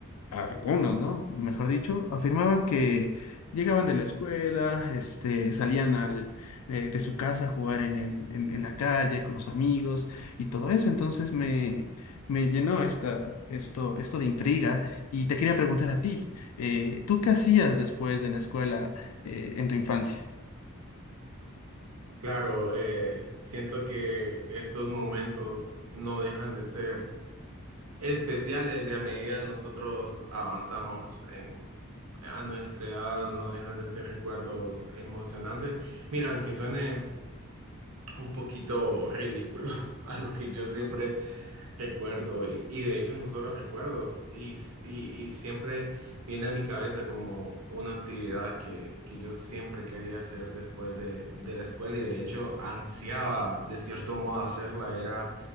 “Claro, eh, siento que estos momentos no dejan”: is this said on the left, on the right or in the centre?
Right